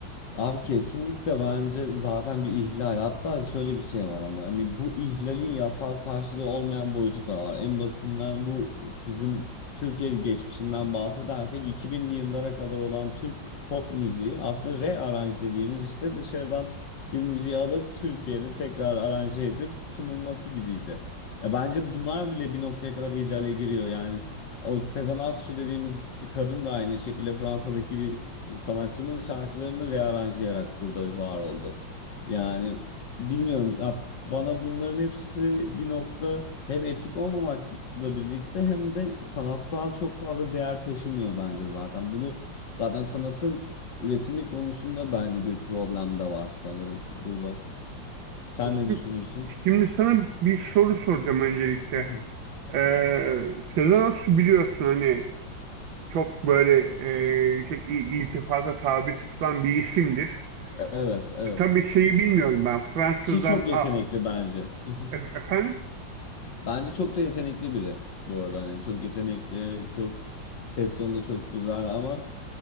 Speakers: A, on the left; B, on the right.
A: Abi kesinlikle bence zaten bir ihlal. Hatta şöyle bir şey var ama hani bu ihlalin yasal karşılığı olmayan boyutu da var. En basından bu bizim Türkiye geçmişinden bahsedersek 2000'li yıllara kadar olan Türk pop müziği aslında rearrange dediğimiz işte dışarıdan bir müziği alıp Türkiye'de tekrar aranje edip sunulması gibiydi. Ya bence bunlar bile bir noktaya kadar ihlale giriyor. Yani o Sezen Aksu dediğimiz kadın da aynı şekilde Fransa'daki bir Sanatçının şarkılarını rearanjlayarak burada var oldu. Yani bilmiyorum ya bana bunların hepsi bir noktada hem etik olmamakla birlikte hem de sanatsal çok fazla değer taşımıyor bence zaten. Bunu zaten sanatın üretimi konusunda bence bir problem de var sanırım burada. Sen
B: Şimdi,
A: ne düşünürsün?
B: şimdi sana bir soru soracağım öncelikle.
A: <laughs>
B: Ee, Sezen Aksu biliyorsun hani çok böyle e, şey, i- iltifata tabi tutulan bir isimdir.
A: Evet, evet.
B: E, tabii şeyi bilmiyorum ben Fransızdan
A: Ki çok yetenekli
B: a,
A: bence. <laughs>
B: e- efendim
A: Bence çok da yetenekli biri bu arada. Hani çok yetenekli, çok ses tonu da çok güzel ama